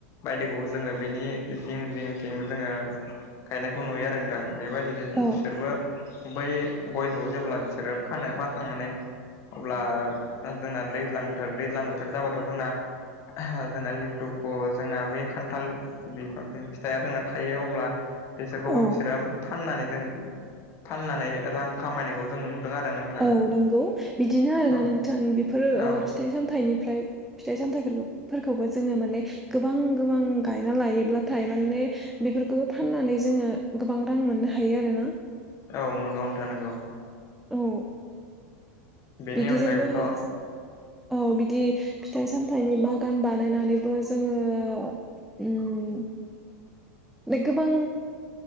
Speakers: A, on the left (about 40°); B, in the centre.
A: बायदिखौबो जोङो बेनि जिं जिं थिं जोङो गायनायखौ नुयो आरो नोंथां। बेबायदिनो
B: औ
A: बिसोरबा बै गयखौ जेब्ला बिसोरो फानो फानखांनानै अब्ला ना जोंना दैज्लां बोथोर दैज्लां बोथोर जाबाथ' जोंना जोंना लिटुखु जोंना बै खान्थाल बिफां फिथाइया जोंना थायो अब्ला बेसोरखौबो
B: औ
A: बिसोरो फाननानै जों फाननानै रां खामायनायखौ जों नुदों आरो। नोंथां
B: औ नंगौ बिदिनो आरोना
A: औ
B: नोंथां बेफोर ओ
A: औ
B: फिथाइ- सामथाइनिफ्राय फिथाइ - सामथाइफोरखौ फोरखौबो जोङो माने गोबां गोबां गायना लायोब्लाथाय माने बेफोरखौबो फाननानै जोङो गोबां रां मोननो हायो आरो ना।
A: औ नंगौ नोंथा नंगौ।
B: औ।
A: बेनि
B: बिदिजोंबो
A: अनगायैबोथ'
B: औ बिदि फिथाइ-सामथाइनि बागान बानायनानैबो जोङो ओम <inaudible> गोबां